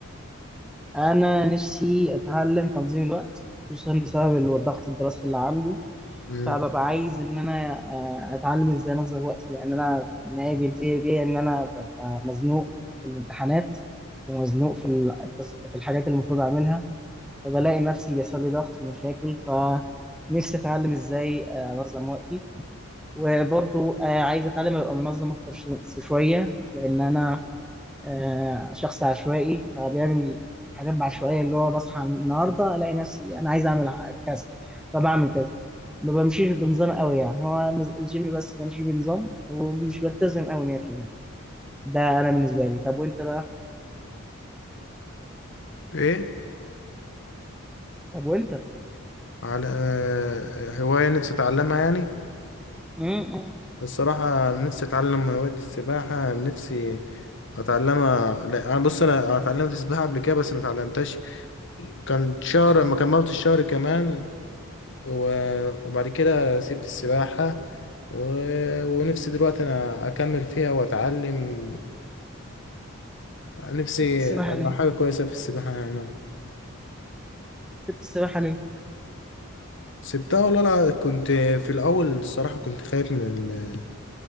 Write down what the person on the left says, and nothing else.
مم.
ايه؟
على آه، هواية نفسي أتعلمها يعني
الصراحة نفسي أتعلم هواية السباحة نفسي أتعلمها لا أنا بص أنا اتعلمت سباحة قبل كده بس ما اتعلمتهاش كان شهر ما كملت الشهر كمان و- وبعد كده سبت السباحة و... ونفسي دلوقتي أنا أكمل فيها وأتعلم نفسي
أبقى
حاجة كويسة في السباحة أنا
سبتها والله لا كنت في الأول الصراحة كنت خايف من ال-